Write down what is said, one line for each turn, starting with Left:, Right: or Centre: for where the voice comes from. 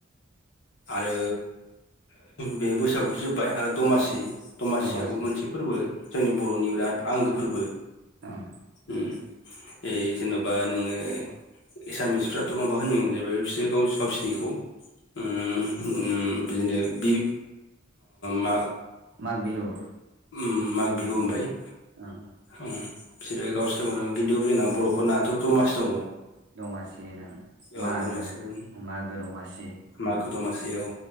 Left: आरो बे बैसागुथ' जोब्बाय आरो दमासि दमासियाबो
Right: दमासि
Left: मोनसे फोरबो जोंनि बर'नि बिराद आंगो फोरबो
Right: ओं
Left: उम ऐ जेन'बा नोङो एसामिसफ्राथ' माबा होनो जोबो बिसोरो गाव गावसोरनिखौ उम उम बिदिनो बि मा
Right: माग बिहु
Left: उम माग बिहु उमफाय
Right: ओं
Left: उम बिसोरो गावसोरनो खिन्थु जोंना बर'फोरनाथ' दमासि दङ।
Right: दमासि होनो मागो
Left: औ दमासि ओ
Right: मागो दमासि उम
Left: मागो दमासियाव